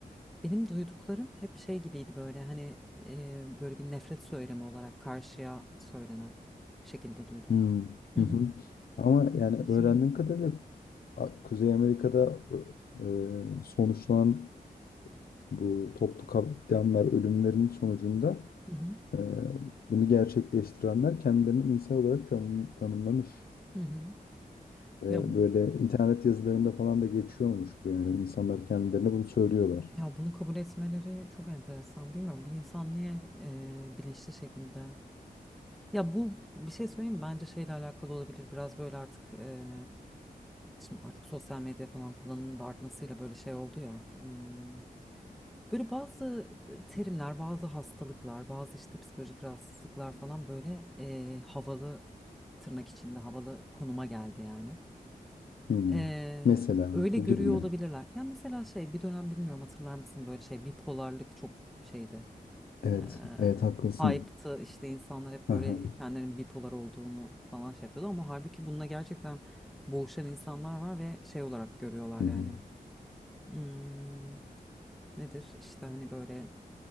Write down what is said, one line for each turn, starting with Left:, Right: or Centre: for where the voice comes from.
Centre: Benim duyduklarım hep şey gibiydi böyle hani e, böyle bir nefret söylemi olarak karşıya söylenen şekilde duydum.
Left: Hmm,
Centre: Hı
Left: hı
Centre: hı.
Left: hı. Ama yani
Centre: Kesinlikle.
Left: öğrendiğim kadarıyla A- Kuzey Amerika'da e, sonuçlanan bu toplu katliamlar ölümlerin sonucunda
Centre: Hı hı.
Left: Ee, Bunu gerçekleştirenler kendilerini insan olarak tanım- tanımlamış.
Centre: Hı hı.
Left: Ve
Centre: Ya
Left: böyle internet yazılarında falan da geçiyormuş bu yani. İnsanlar kendilerine bunu söylüyorlar.
Centre: ya bunu kabul etmeleri çok enteresan. Bilmiyorum bir insan niye e, bilinçli şekilde. Ya bu bir şey söyleyeyim mi? Bence şeyle alakalı olabilir. Biraz böyle artık e, şimdi artık sosyal medya falan kullanımının da artmasıyla böyle şey oldu ya. hmm, Böyle bazı e, terimler, bazı hastalıklar, bazı işte psikolojik rahatsızlıklar falan böyle eee, havalı tırnak içinde havalı konuma geldi yani.
Left: Hmm.
Centre: Eee,
Left: Mesela
Centre: öyle
Left: bu
Centre: görüyor
Left: gibi mi?
Centre: olabilirler. Ya mesela şey bir dönem bilmiyorum hatırlar mısın böyle şey bipolarlık çok şeydi.
Left: Evet,
Centre: Eee
Left: evet haklısın.
Centre: hype'tı işte insanlar hep
Left: Aha.
Centre: böyle kendilerinin bipolar olduğunu falan şey yapıyordu ama halbuki bununla gerçekten boğuşan insanlar var ve şey olarak görüyorlar
Left: Hı hı.
Centre: yani. Hmm, nedir işte hani böyle